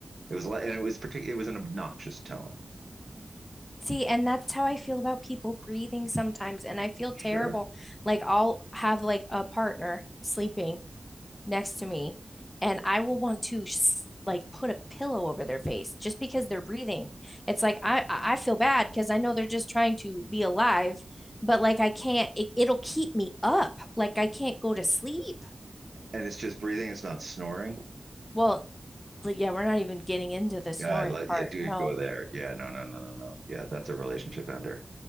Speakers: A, on the right; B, on the left.
A: It was like, and it was particular, it was an obnoxious tone.
B: See, and that's how I feel about people breathing sometimes. And I feel
A: Sure.
B: terrible. Like I'll have like a partner sleeping next to me, and I will want to s- like put a pillow over their face just because they're breathing. It's like I I I feel bad because I know they're just trying to be alive, but like I can't. It, it'll keep me up. Like I can't go to sleep.
A: And it's just breathing. It's not snoring.
B: Well, like, yeah, we're not even getting into the snoring
A: Yeah. Let,
B: part.
A: yeah. Do
B: No,
A: it go there. Yeah. No, no, no, no, no. Yeah. That's a relationship ender.